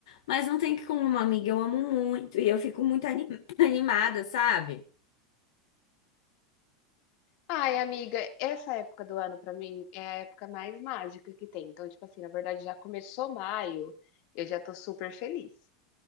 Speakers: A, on the left; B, on the left.
A: mas não tem como, amiga. Eu amo muito e eu fico muito ani- <clears throat> animada, sabe?
B: Ai, amiga, essa época do ano pra mim é a época mais mágica que tem. Então, tipo assim, na verdade já começou maio, eu já tô super feliz.